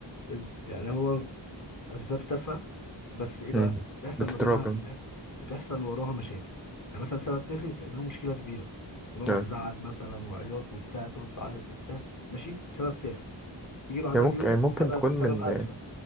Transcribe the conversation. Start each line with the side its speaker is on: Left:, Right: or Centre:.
Left: ال... يعني هو اسباب تافهه بس ايه بقى
Centre: امم
Left: بيحصل
Centre: بتتراكم
Left: ما بينها بيحص- بتحصل وراها مشاكل يعني مثلا سبب تافه تعمله مشكله كبيره ونقعد
Centre: اه
Left: زعل مثلا وعياط وبتاع تقعد تعيط وبتاع ماشي بسبب تافه يجي بعدها
Centre: هي ممكن
Left: بيوم
Centre: ممكن
Left: سبب
Centre: تكون من
Left: سبب اتفه